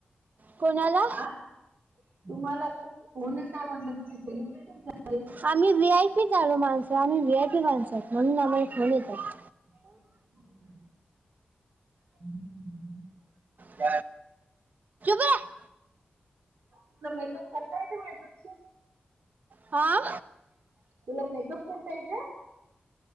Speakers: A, on the right; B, on the right.
A: कोणाला?
B: आ तुम्हाला खूप फोन येताय म्हणलं तुम्ही सेलिब्रेटीच झाले.
A: आम्ही व् आय पी झालो माणसं, आम्ही वी आय पी माणसं आहोत म्हणून आम्हाला फोन येतात.
B: हो दे <unintelligible>
A: क का <unintelligible>
B: तुला मेकअप करता येतं मेकअपच
A: हां
B: तुला मेकअप करता येते?